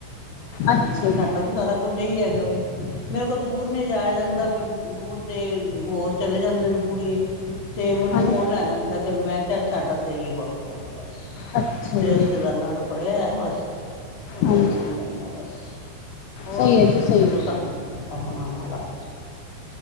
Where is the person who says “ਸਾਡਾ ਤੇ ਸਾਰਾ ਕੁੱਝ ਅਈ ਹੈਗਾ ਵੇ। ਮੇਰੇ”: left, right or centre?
Left